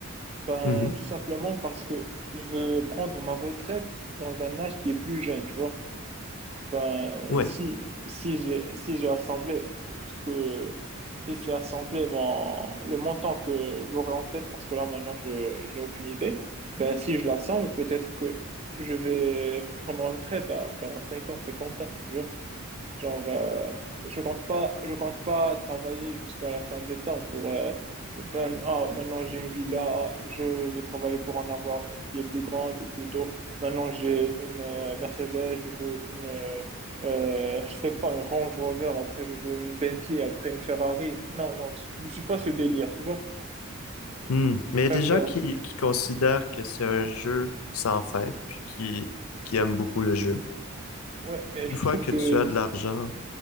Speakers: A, on the right; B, on the left.
A: Ben,
B: Mhm.
A: tout simplement parce que je veux prendre ma retraite dans un âge qui est plus jeune, tu vois. Ben,
B: Ouais.
A: si, si j'ai, si j'ai assemblé, ce que, si j'ai assemblé mon, le montant que j'aurais en tête, parce que là, maintenant, je, je n'ai aucune idée, ben, si je l'assemble, peut-être que je vais prendre ma retraite à 45 ans, 50 ans, tu vois. Genre, euh, je compte pas, je compte pas travailler jusqu'à la fin des temps pour euh, ben, ah, maintenant j'ai une villa, ah, je veux travailler pour en avoir une qui est plus grande ou plutôt maintenant j'ai une euh, Mercedes, je veux une, euh, euh, je sais pas, une Range Rover, après je veux une Bentley, après une Ferrari. Non, non, je, je suis pas ce délire, tu vois.
B: Hmm.
A: Je
B: Mais
A: préfère,
B: il y a des gens qui, qui considèrent que c'est un jeu sans fin puis qui, qui aiment beaucoup le jeu.
A: ouais, mais
B: Une
A: je
B: fois
A: trouve
B: que
A: que
B: tu as de l'argent,